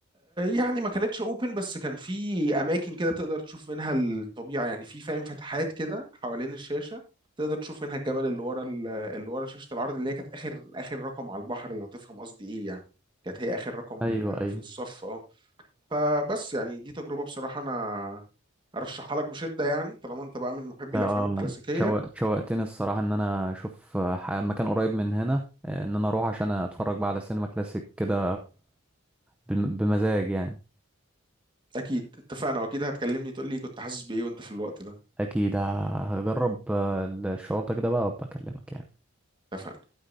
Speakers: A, on the right; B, in the centre.
A: يعني ما كانتش اوبن بس كان في اماكن كده تقدر تشوف منها الطبيعه يعني في فاهم فتحات كده حوالين الشاشه تقدر تشوف منها الجبل اللي ورا ال- اللي ورا شاشه العرض اللي هي كانت اخر اخر رقم على البحر لو تفهم قصدي ايه يعني كانت هي اخر رقم
B: ايوه
A: آه،
B: ايوه
A: في الصف اه فبس يعني دي تجربه بصراحه انا ارشحها لك بشده يعني طالما انت بقى من محبي
B: اه
A: الافلام الكلاسيكيه
B: شوق شوقتني الصراحة ان انا اشوف آه، ح- مكان قريب من هنا آه، ان انا اروح عشان اتفرج بقى على سينما كلاسيك كده بم- بمزاج يعني
A: اكيد اتفقنا واكيد هتكلمني تقول لي كنت حاسس بايه وانت في الوقت ده
B: اكيد هجرب آه، الشعور ده كده بقى وابقى اكلمك يعني
A: اتفقنا